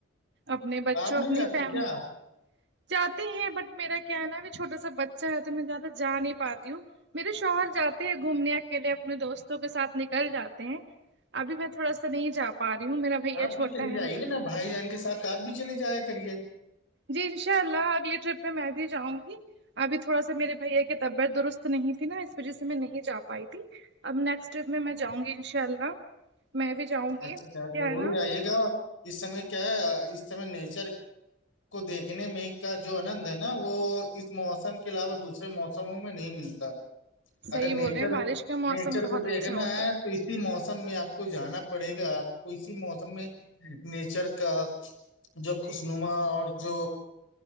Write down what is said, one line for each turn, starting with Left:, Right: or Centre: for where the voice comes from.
Right: اپنے بچوں
Left: آپ نہیں
Right: اپنی
Left: جاتی
Right: فیملی
Left: کیا
Right: جاتے ہیں بٹ میرا کیا ہے ناب چھوٹا سا بچہ ہے تو میں زیادہ جا نہیں پاتی ہوں میرے شوہر جاتے ہیں گھومنے اکیلے اپنے دوستوں کے ساتھ نکل جاتے ہیں ابھی میں تھوڑا سا نہیں جا پا رہی ہوں میرا بھیا
Left: آپ بھی
Right: چھوٹا
Left: چلے
Right: ہے
Left: جائ گے نا بھائی جان کے ساتھ آپ بھی چلے جایا کریے
Right: جی انشاء اللہ اگلی ٹرپ میں میں بھی جاؤں گی ابھی تھوڑا سا میرے بھیا کی طبیعت درست نہیں تھی نا اس وجہ سے میں نہیں جا پائی تھی اب نیکسٹ ٹرپ میں میں جاؤں گی انشاء اللہ میں بھی جاؤں گی
Left: اچھاچ
Right: کیا
Left: ضرور
Right: ہے نا
Left: آئیے گا اس سمے کیا ہے اس سمے نیچر کو دیکھنے میں کا جو آنند ہے نا وہ اس موسم کے علاوہ دوسرے موسم سمو میں نہیں ملتا
Right: صحیح
Left: اگر نیچر
Right: بول رہے ہیں بارش کا موسم
Left: نیچر
Right: بہت
Left: کو
Right: اچھا
Left: دیکھنا
Right: ہوتا
Left: ہے تو اسی موسم میں آپ کو جانا پڑے گا آپ کو اسی موسم میں نیچر کا جو خوش نما اور جو